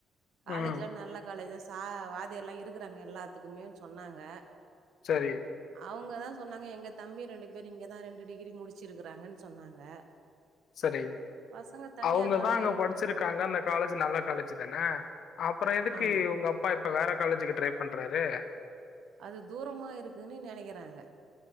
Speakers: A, on the right; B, on the left.
A: காலேஜ்ல்லா
B: ம்
A: நல்ல காலேஜ்தாஸ் சா வாத்தியார்லா இருக்குறாங்க எல்லாத்துக்குமேன் சொன்னாங்க
B: செரி
A: அவங்கத்தா சொன்னாங்க எங்க தம்பி ரெண்டு பேர் இங்கதா ரெண்டு டிகிரி முடுச்சுருக்கு றாங்கன் சொன்னாங்க
B: செரி
A: பசங்க தனியா
B: அவங்கதா
A: இருந்தாலே
B: அங்க படுச்சுருக்காங்கன் அந்த காலேஜ் நல்ல காலேஜ்ஜுதான அப்புறோ எதுக்கு
A: ஆமா.
B: உங்கப்பா வேற காலேஜுக்கு ட்ரை பண்றாரு
A: அது தூரமா இருக்குனு நெனைக்கிறாங்க